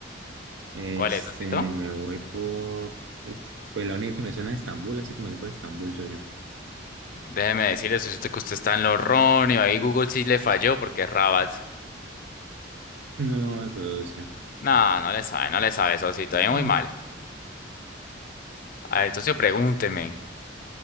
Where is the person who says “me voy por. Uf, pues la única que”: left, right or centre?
Right